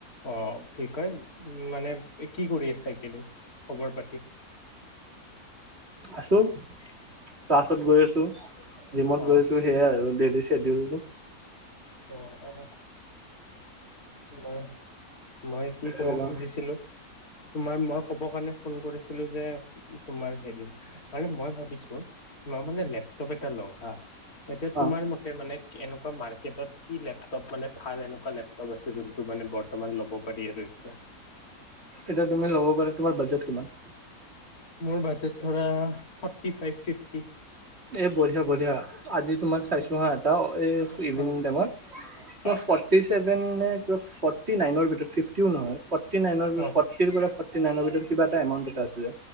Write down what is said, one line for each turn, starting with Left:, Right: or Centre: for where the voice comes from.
Left: অঁ কি কয়, মানে কি কৰি আছা? এইকেইদিন খবৰ পাতি
Right: আছো, ক্লাছত গৈ আছো, জিমত
Left: অ
Right: গৈ আছো। সেয়া আৰু ডেইলি চেডিউলটো।
Left: অ'অ' নাই। মই, কি কব
Right: ৰ'বা
Left: খুজিছিলো। তোমাৰ মই ক'ব কাৰণে ফোন কৰিছিলো যে তোমাৰ হেৰি। মানে মই ভাবিছো মই মানে লেপটপ এটা লওঁ হা। এতিয়া
Right: অ
Left: তোমাৰ মতে মানে এনেকুৱা মাৰ্কেটত। কি লেপটপ মানে ভাল, এনেকুৱা লেপটপ আছে যোনটো মানে বৰ্তমান ল'ব পাৰি আৰু এতিয়া।
Right: এতিয়া তুমি ল'ব পাৰা তোমাৰ বাজেট কিমান।
Left: মোৰ বাজেট ধৰা ফৰ্টি ফাইভ ফিফটি।
Right: এ বঢ়িয়া বঢ়িয়া আজি তোমাক চাইছো হা এটা এ ইভিনিং
Left: অ
Right: টাইমত তোমা
Left: অ
Right: ফৰ্টি চেভেন নে কিবা ফটি। ফৰ্টি নাইনৰ ভিতৰত ফিফটিও নহয়। ফৰ্টি নাইনৰ
Left: অ
Right: ফৰ্টিৰ পৰা ফৰ্টিনাইনৰ ভিতৰত কিবা এটা এমাউণ আছিলে।